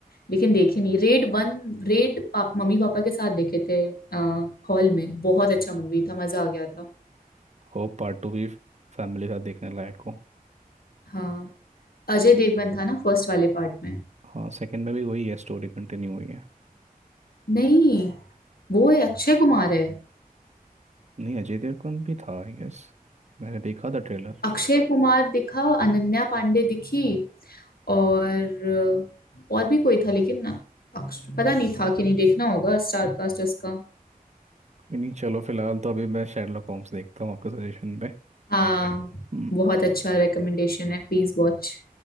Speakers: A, on the left; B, on the right.
A: लेकिन देखे नहीं रेड वन रेड पाप, मम्मी पापा के साथ देखे थे हॉल में बहुत अच्छा मूवी था मजा आ गया था
B: होप पार्ट टू भी फैमिली के साथ देखने लायक हो
A: हाँ अजय देवगन था ना फर्स्ट वाले पार्ट में
B: हाँ सेकंड में भी वही है स्टोरी कंटिन्यू हुई है
A: नहीं वो है अक्षय कुमार है
B: नहीं अजय देवगन भी था आई गेस मैंने देखा था ट्रेलर
A: अक्षय कुमार दिखा अनन्या पांडे दिखी और और भी कोई था लेकिन अक्ष- पता नहीं था कि नहीं देखना होगा स्टार कास्ट उसका
B: कोई नहीं चलो फिलहाल तो अभी मैं शेरलॉक होम्स देखता हूँ आपके सजेशन पे
A: हाँ
B: हम्म
A: बहुत अच्छा रिकमेंडेशन है प्लीज वॉच